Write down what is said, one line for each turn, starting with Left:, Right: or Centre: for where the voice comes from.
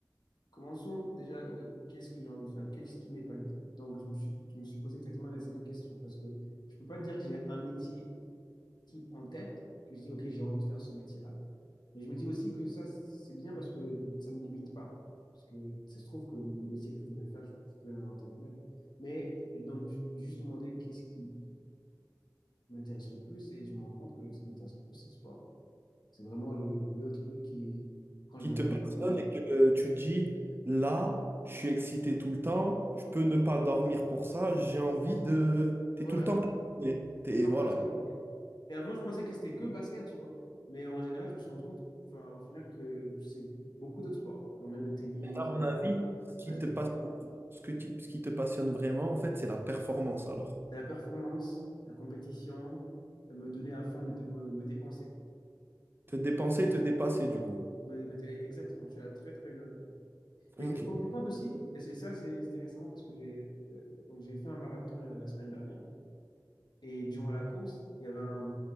Left: Commençons déjà, oui, qu'est-ce que j'ai envie de faire? Qu'est-ce qui m'épanouit? Donc, je me suis, je me suis posé exactement la même question parce que je peux pas dire que j'ai un métier type en tête, que je dis, OK, j'ai envie de faire ce métier-là. Mais je me dis aussi que ça, c'est bien parce que ça me limite pas. Parce que ça se trouve que le métier que je voudrais faire, je, je peux l'inventer moi-même. Mais donc, je me suis juste demandé qu'est-ce qui m'intéresse le plus et je me rends compte que ce qui m'intéresse le plus, c'est le sport. C'est vraiment le, le truc qui, quand
Right: qui
Left: je me lève
Right: te passionne
Left: le matin.
Right: et que euh, tu te dis, là, je suis excité tout le temps, je peux ne pas dormir pour ça, j'ai envie de... Tu
Left: Voilà.
Right: es tout le temps passionné. T'es,
Left: Et toi,
Right: voilà.
Left: Patrick Et avant, je pensais que c'était que basket, tu vois. Mais en général, je me suis rendu compte, enfin, au final, que c'est beaucoup d'autres sports. Genre même le tennis,
Right: Et À mon
Left: courir,
Right: avis, ce qui
Left: nager.
Right: te passionne, ce que tu- ce qui te passionne vraiment, en fait, c'est la performance alors.
Left: C'est la performance, la compétition, euh, me donner à fond, me, dé- me, me dépenser.
Right: Te dépenser, te dépasser du coup.
Left: Me- me- exactement, tu as très, très bien.
Right: Ok.
Left: Et je me suis rendu compte aussi, et c'est- ça, c'est- c'était récemment parce que j'ai euh, donc j'ai fait un marathon euh, la semaine dernière. Et durant la course, il y avait un,